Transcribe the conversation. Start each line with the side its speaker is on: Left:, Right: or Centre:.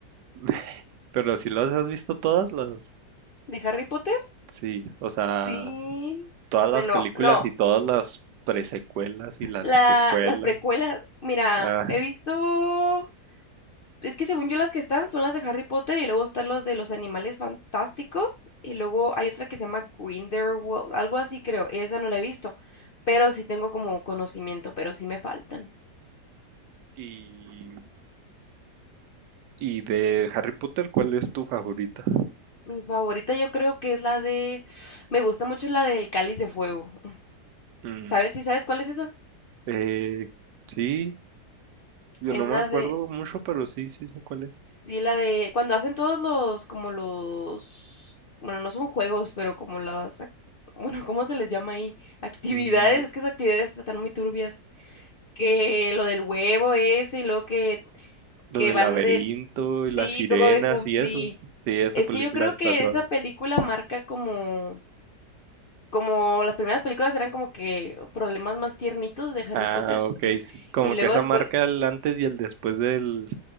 Right: <laughs> Pero si las has visto todas las,
Left: ¿De Harry Potter?
Right: sí, o sea,
Left: Sí.
Right: todas
Left: Bueno,
Right: las películas
Left: no,
Right: y todas las presecuelas y las
Left: la,
Right: secuelas.
Left: las precuelas, mira,
Right: Ah,
Left: he visto Es que según yo las que están son las de Harry Potter y luego están los de los animales fantásticos y luego hay otra que se llama Grindelwald, algo así creo, esa no la he visto, pero sí tengo como conocimiento, pero sí me faltan.
Right: y, y de Harry Potter, ¿cuál es tu favorita?
Left: Mi favorita yo creo que es la de, me gusta mucho la del Cáliz de Fuego.
Right: Mm,
Left: ¿Sabes? ¿Sí sabes cuál es esa?
Right: eh, sí, yo
Left: Es
Right: no me
Left: la
Right: acuerdo
Left: de,
Right: mucho, pero sí, sí sé cuál es.
Left: sí, la de cuando hacen todos los, como los, bueno, no son juegos, pero como las, ac- <laughs> bueno, ¿cómo se les llama ahí? Actividades,
Right: Mm,
Left: es que esas actividades están muy turbias. Que lo del huevo ese y lo que,
Right: Lo
Left: que
Right: del
Left: van
Right: laberinto
Left: de... Sí,
Right: y las sirenas
Left: todo eso,
Right: y
Left: sí.
Right: eso. Sí, esa
Left: Es
Right: película
Left: que yo creo
Right: está
Left: que
Right: suave.
Left: esa película marca como... Como las primeras películas eran como que problemas más tiernitos de Harry
Right: Ah,
Left: Potter
Right: ok. sí, Como
Left: y luego
Right: que esa
Left: después
Right: marca el antes y el después del...